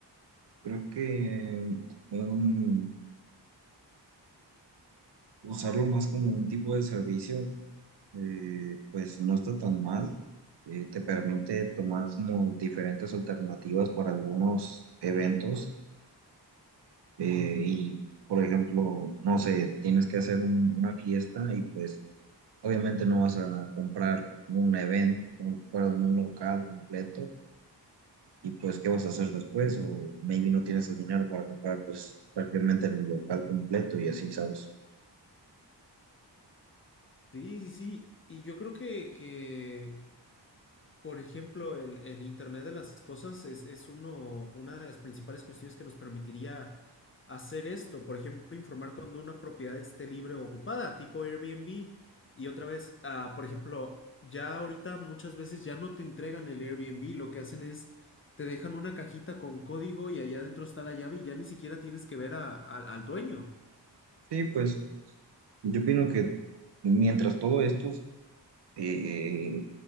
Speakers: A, on the right; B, on the left.
A: Creo que eh, un- usarlo más como un tipo de servicio eh, pues no está tan mal. eh, te permite tomar como diferentes alternativas para algunos eventos. eh, y, por ejemplo, no sé, tienes que hacer un- una fiesta y pues obviamente no vas a comprar un evento, un perdón, un local completo. Y pues, ¿qué vas a hacer después? O maybe no tienes el dinero para comprar pues prácticamente el local completo y así, ¿sabes?
B: Sí, sí, sí. Y yo creo que, que Por ejemplo, el, el Internet de las cosas es, es uno, una de las principales cuestiones que nos permitiría hacer esto. Por ejemplo, informar cuando una propiedad esté libre o ocupada, tipo Airbnb. Y otra vez, ah, por ejemplo, ya ahorita muchas veces ya no te entregan el Airbnb, lo que hacen es te dejan una cajita con código y allá adentro está la llave y ya ni siquiera tienes que ver a- al al dueño.
A: Sí, pues yo opino que mientras todo esto... eh,